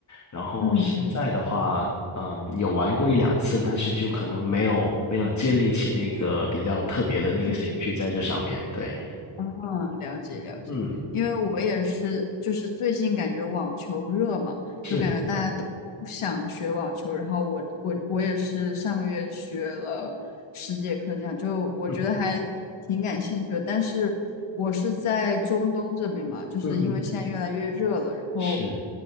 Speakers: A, on the left; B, on the left.
A: 然后现在的话，
B: 嗯嗯。
A: 嗯，有玩过一两次，但是就可能没有没有建立起那个比较特别的那个兴趣在这上面。
B: 兴趣。
A: 对，
B: 啊，了解了解，
A: 嗯，
B: 因为我也是，就是最近感觉网球热嘛，
A: 是，
B: 就感觉大家都想学网球，然后我我我也是上个月学了十节课，这样就我觉得还挺感兴趣的。
A: 嗯
B: 但是我是在中东这边嘛，就是因为现在越来越热了，
A: 嗯嗯，
B: 然后
A: 是。